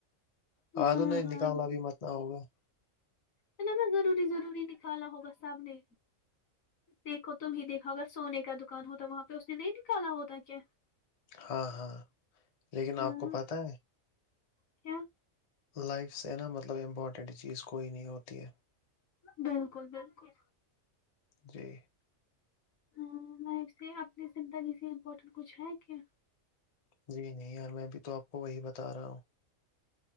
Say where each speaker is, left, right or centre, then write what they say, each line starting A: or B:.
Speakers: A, on the left; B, on the left.
A: ہ
B: ہاں
A: توو نے
B: ہاں
A: نکالا بھی متنا ہوگا
B: ہے ن میں روری ضروری نکالا ہو بس سب نے دیکھو تم ہی دیکھو اگر سونے کا دکان ہوتا وہاں پہ اس نے نہیں نکالا ہوتا کیا
A: ہاں ہاں لیکن
B: ہاں
A: آپ کو پتہ ہے
B: کیا
A: لائف سے نا مطلب امپورٹنٹ چیز کوئی نہیں ہوتی ہے
B: بالکل بالکل
A: جی
B: ہاں لائف سے اپنی زندگی سے امپورٹینٹ کچھ ہے کیا
A: جی نہیں یار میں اب تو آپ کو وہی بتا رہا ہوں